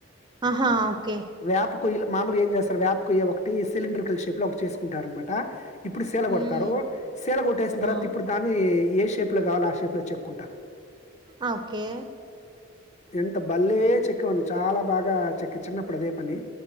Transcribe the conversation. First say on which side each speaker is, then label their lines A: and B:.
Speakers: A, on the right (about 20°); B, on the left (about 35°).
A: ఆహా ఓకే
B: వేప కొయ్యలో ఏం చేస్తారు వేపా కొయ్య ఒకటి సిలిండర్ కల్ షేప్ లో ఒకటి చేసుకుంటారు అనమాట ఇప్పుడు సీల
A: ఉమ్
B: కొడతారు సీల కొట్టేసిన తర్వాత
A: ఆ,
B: ఇప్పుడు దాన్ని ఏ షేప్ లో కావాలో ఆ షేప్ లో చెక్కుంటా
A: అ ఓకే
B: ఎంత బల్లే చెక్కవను చాలా బాగా చేక్కి చిన్నప్పుడు అదే పని